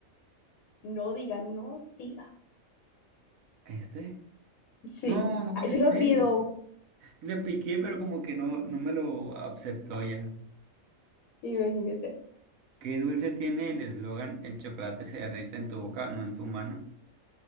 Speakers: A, on the left; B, on the right.
A: No diga, no diga.
B: ¿Este?
A: Sí.
B: No, no contesté.
A: Ay, se lo olvidó.
B: Le piqué, pero como que no, no me lo aceptó ya.
A: Imagínese.
B: ¿Qué dulce tiene el eslogan? El chocolate se derrite en tu boca, no en tu mano.